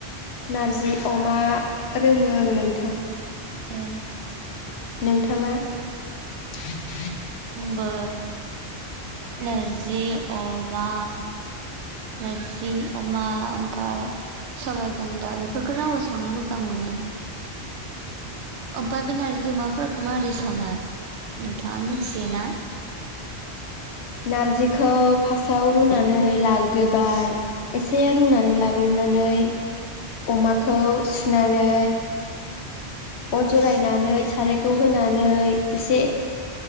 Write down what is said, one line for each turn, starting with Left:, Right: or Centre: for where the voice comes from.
Left: नारजि अमा रोङो आङो नोंथां।
Right: उम।
Left: नोंथाङा? <unintelligible>
Right: बो नारजि अमा नारजि अमा ओमफ्राय सबायजों दाउ बेफोरखौनो आबो संनो मोजां मोनो। ओमफ्राय बे नारजि अमाफोरखौ माबोरै सङो नोंथाङा मिथियोना?
Left: नारजिखौ फार्स्टआव रुनानै लाग्रोबाय एसे रुनानै लाग्रोनानै अमाखौ सुनानै अर जरायनानै सारायखौ होनानै एसे